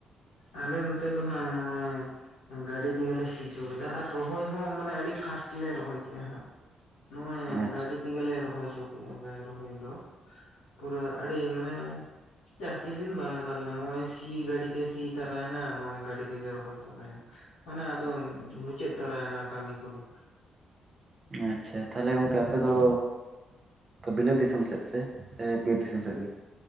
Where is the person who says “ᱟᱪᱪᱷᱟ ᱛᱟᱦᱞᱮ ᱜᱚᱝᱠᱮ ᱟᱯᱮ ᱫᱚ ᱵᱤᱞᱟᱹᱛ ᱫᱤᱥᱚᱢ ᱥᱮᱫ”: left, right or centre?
Right